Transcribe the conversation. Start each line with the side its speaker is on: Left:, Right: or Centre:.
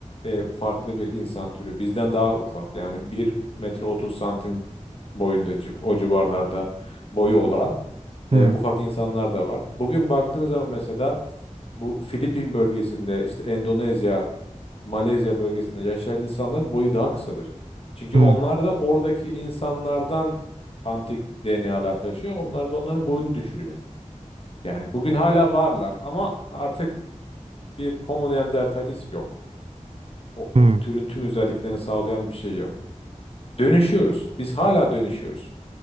Left: e, farklı bir insan türü. Bizden daha ufak yani bir metre 30 santim boyunda ci- o civarlarda boyu olan e,
Right: hı
Left: ufak insanlar da var. Bugün baktığın zaman mesela bu Filipin bölgesinde işte Endonezya, Malezya bölgesinde yaşayan insanların boyu daha kısadır. Çünkü
Right: hı
Left: onlar da oradaki insanlardan antik DNA'lar taşıyor. Onlar da onların boyunu düşürüyor. Yani bugün hala varlar ama artık bir Homo neanderthalis yok. O, o
Right: hı.
Left: türün tüm özelliklerini sağlayan bir şey yok. Dönüşüyoruz. Biz hala dönüşüyoruz.